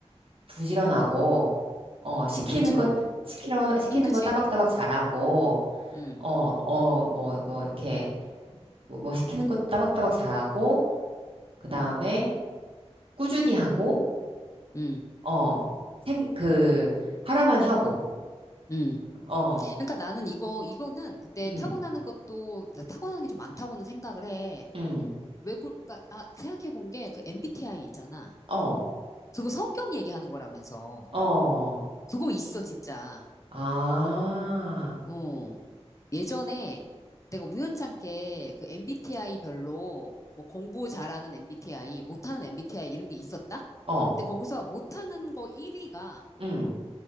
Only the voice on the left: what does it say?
부지런.
응, 그치.
응,
응,
응.
그러니까 나는 이거, 이거는 근데
타고나는 것도, 타고나는 게 좀 많다고는 생각을 해.
왜, 그, 까 아, 생각해 본 게 그 MBTI 있잖아.
그거 성격 얘기하는 거라면서.
그거 있어, 진짜.
어. 예전에 내가 우연찮게 그 MBTI 별로 뭐 공부 잘하는 MBTI, 못하는 MBTI 이런 게 있었다?
근데 거기서 못하는 거 1위가